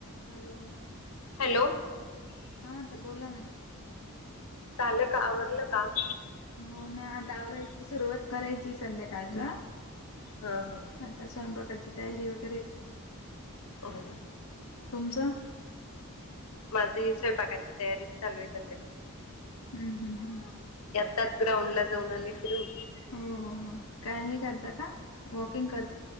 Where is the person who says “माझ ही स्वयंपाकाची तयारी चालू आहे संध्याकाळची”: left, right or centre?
Left